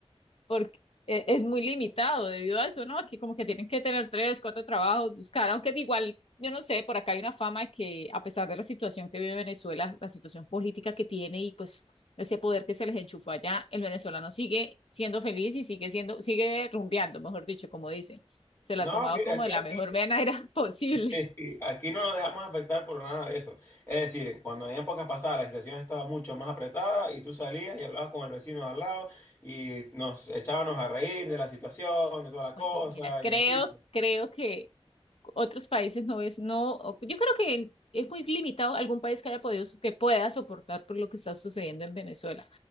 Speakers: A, on the left; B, on the left.
A: porque e- es muy limitado debido a eso, ¿no? Aquí como que tienen que tener tres, cuatro trabajos, buscar, aunque de igual, yo no sé, por acá hay una fama de que a pesar de la situación que vive Venezuela, la situación política que tiene y pues ese poder que se les enchufó allá, el venezolano sigue siendo feliz y sigue siendo, sigue rumbeando, mejor dicho, como dicen. Se la
B: No,
A: ha tomado
B: mira,
A: como
B: es
A: de
B: que
A: la
B: aquí,
A: mejor manera <laughs> posible.
B: este, aquí no nos dejamos afectar por nada de eso. Es decir, cuando en épocas pasadas la situación estaba mucho más apretada y tú salías y hablabas con el vecino de al lado y nos echábamos a reír de la situación, de toda la
A: Oye,
B: cosa
A: mira, creo,
B: y así. pues.
A: creo que otros países no ves, no, o- yo creo que es muy limitado algún país que haya podido, so, que pueda soportar por lo que está sucediendo en Venezuela.